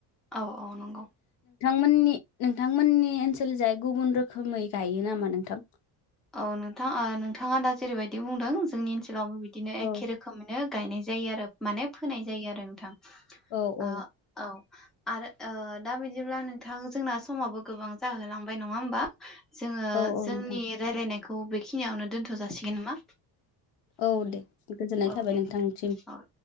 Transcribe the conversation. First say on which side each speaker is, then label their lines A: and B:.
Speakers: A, in the centre; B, on the left (about 80°).
A: औ औ नंगौ।
B: मोननि नोंथांमोननि ओनसोल जाय गुबुन रोखोमै गायो नामा नोंथां?
A: औ नोंथां ओ नोंथाङा दा जेरैबायदि बुंदों जोंनिओ लावबो बिदिनो
B: औ
A: एखे रोखोमयैनो गायनाय जायो आरो माने फोनाय जायो आरो। आ
B: औ औ
A: औ। आरो ओ दा बिदिब्ला नोंथां जोंना समाबो गोबां जाहोलांबाय नङा होमबा? जोङो
B: औ औ
A: जोंनि
B: नोंथां
A: नायखौ बेखिनियावनो दोन्थ' जासिगोन नामा।
B: औ दे। गोजोननाय
A: औ
B: थाबाय
A: दे
B: नोंथांसिम।
A: नोंथां औ